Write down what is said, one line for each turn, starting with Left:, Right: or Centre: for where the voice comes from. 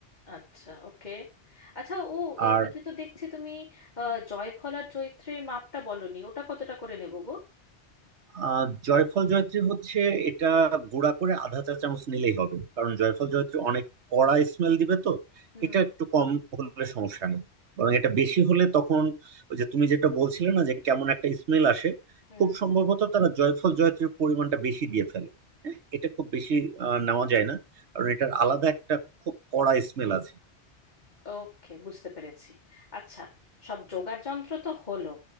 Left: আচ্ছা ওকে আচ্ছা ও এর
Right: আর
Left: মধ্যে তো দেখছি তুমি আহ, জয়ফল আর জয়িত্রীর মাপটা বলনি ওটা কতটা করে নেব গো
Right: আহ জয়ফল জয়ত্রী হচ্ছে এটা গুঁড়া করে আধা চা চামচ নিলেই হবে কারণ জয়ফল জয়ত্রী অনেক কড়া স্মেল দিবে তো
Left: হুম
Right: এটা একটু কম হলে সমস্যা নেই বরং এটা বেশি হলে তখন ওই যে তুমি যেটা বলছিলে না যে কেমন একটা স্মেল আসে
Left: হুম
Right: খুব সম্ভবত তারা জয়ফল জয়ত্রীর পরিমাণটা বেশি দিয়ে ফেলে হ্যাঁ, এটা খুব বেশি আহ, নেওয়া যায় না কারণ
Left: হুম
Right: এটার
Left: হুম।
Right: আলাদা একটা খুব কড়া স্মেল আছে
Left: ওকে বুঝতে পেরেছি আচ্ছা সব জোগাড় যন্ত্র তো হলো